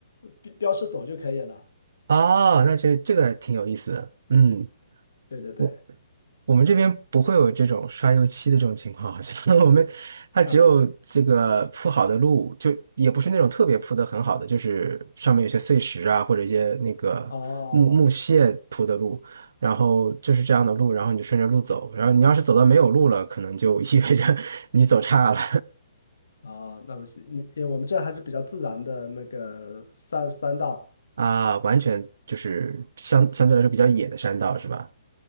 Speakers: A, on the left (about 80°); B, on the right (about 70°).
A: 标标识走就可以了。
B: 啊，那这这个还挺有意思的，嗯。
A: 对对对。
B: 我我们这边不会有这种刷油漆的这种情况，好像 <laughs> 我们它只有这个铺好的路，
A: 啊，
B: 就也不是那种特别铺的很好的，就是上面有些碎石啊，或者一些那个木木屑铺的路，
A: 哦，
B: 然后就是这样的路，然后你就顺着路走，然后你要是走到没有路了，可能就 <laughs> 意味着 <laughs> 你走岔了
A: 哦，那不是你，因为我们这儿还是比较自然的那个三三道，
B: <laughs> 啊，完全就是相相对来说比较野的山道是吧？